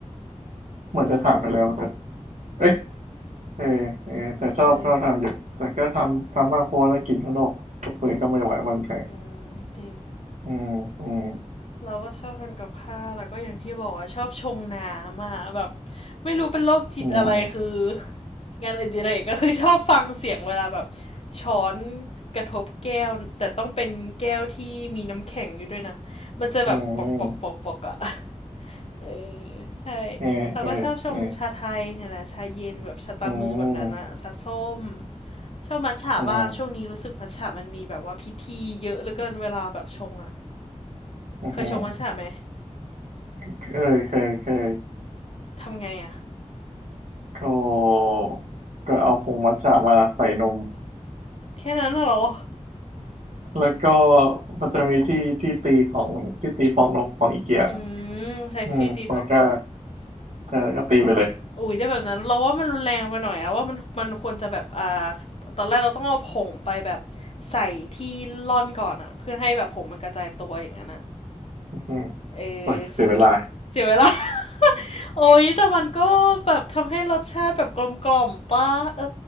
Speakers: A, on the right; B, on the left.
A: เหมือนจะถามไปแล้วแต่เอ้ย เออเออแต่ชอบชอบทำอยู่แต่ก็ทำทำบ้างเพราะว่าได้กินข้างนอกกับมือก็ไม่ไหวมันแพง
B: เอออืมจริง
A: อืมอืม
B: เราก็ชอบทำกับข้าวแล้วก็อย่างที่บอกอ่ะชอบชงน้ำอ่ะแบบไม่รู้เป็นโรคจิตอะไรคือ
A: อืม
B: งานอดิเรกก็คือชอบฟังเสียงเวลาแบบช้อนกระทบแก้วแต่ต้องเป็นแก้วที่มีน้ำแข็งอยู่ด้วยนะมันจะแบบปอกปอกปอกปอกอ่ะ
A: อืม
B: เออใช่
A: เออเออเออ
B: เราก็ชอบชงชาไทยเนี่ยแหละชาเย็นแบบชาตามือแบบนั้นอะชาส้ม
A: เอออืม
B: ชอบมัทฉะบ้างช่วงนี้รู้สึกมัทฉะมันมีแบบว่าพิธีเยอะเหลือเกินเวลาแบบชงอะ
A: อืมอืม
B: เคยชงมัทฉะไหม
A: เคยเคยเคย
B: ทำไงอะ
A: ก็ก็เอาผงมัทฉะมาใส่นม
B: แค่นั้นน่ะเหรอ
A: แล้วก็มันจะมีที่ที่ตีของที่ตีฟองนมของอีเกีย
B: อืมใช้ฟีตีฟองนม
A: อืมแล้วก็เธอก็ตีไปเลย
B: อุ้ยได้แบบนั้นเราว่ามันรุนแรงไปหน่อยอะว่ามันมันควรจะแบบอ่าตอนแรกเราต้องเอาผงไปแบบใส่ที่ร่อนก่อนอะเพื่อให้แบบผงมันกระจายตัวอย่างนั้นอะ
A: อืม
B: เออ
A: โอ้ยเสียเวลา
B: เสียเวลา <laughs> โอ้ยแต่มันก็แบบทำให้รสชาติแบบกลมกล่อมป้าเอ